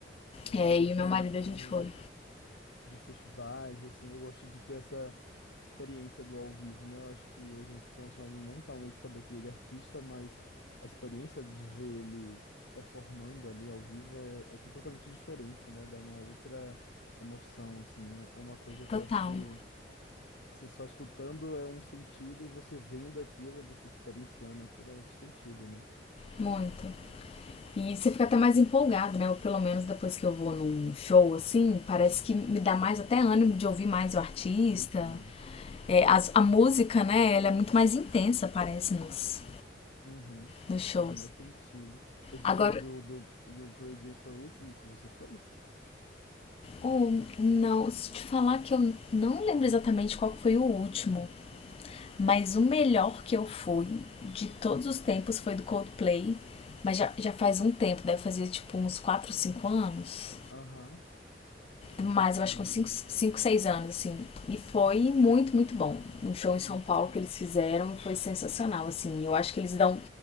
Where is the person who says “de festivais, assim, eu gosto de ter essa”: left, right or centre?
Left